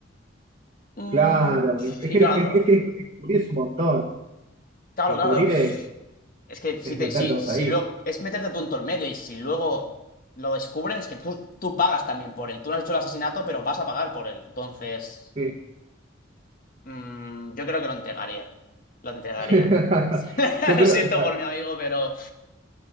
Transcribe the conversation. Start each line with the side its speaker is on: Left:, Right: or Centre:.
Left: Mm,
Right: claro,
Left: pf,
Right: es que, es
Left: y claro,
Right: que- es que encubrir es un montón.
Left: claro,
Right: Encubrir
Left: claro.
Right: es,
Left: Es que si
Right: es
Left: te,
Right: meterte
Left: si,
Right: vos
Left: si
Right: ahí.
Left: lo, es meterte tú en todo el medio y si luego lo descubren, es que tú, tú pagas también por él. Tú no has hecho el asesinato, pero vas a pagar por él. Entonces,
Right: Sí.
Left: mm, yo creo que lo entregaría. Lo entregaría.
Right: <laughs>
Left: <laughs>
Right: Yo creo,
Left: Lo siento
Right: o sea,
Left: por mi amigo, pero